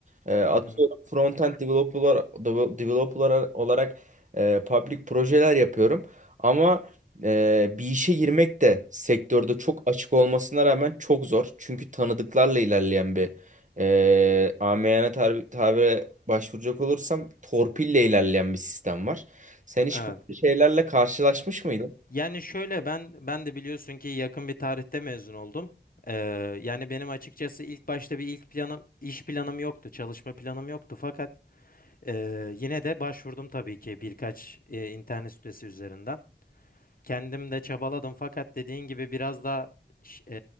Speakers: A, on the right (about 40°); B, on the left (about 50°).
A: Ee, atıyorum
B: Hı hı.
A: frontend developer, dev- developer olarak e, public projeler yapıyorum. Ama e, bir işe girmek de sektörde çok açık olmasına rağmen çok zor. Çünkü tanıdıklarla ilerleyen bir e, amiyane tabire başvuracak olursam torpille ilerleyen bir sistem var. Sen hiç
B: Evet.
A: böyle şeylerle karşılaşmış mıydın?
B: Yani şöyle ben ben de biliyorsun ki yakın bir tarihte mezun oldum. Ee, yani benim açıkçası ilk başta bir ilk planım iş planım yoktu, çalışma planım yoktu fakat Ee, yine de başvurdum tabii ki birkaç e, internet sitesi üzerinden. Kendim de çabaladım fakat dediğin gibi biraz daha ş- e,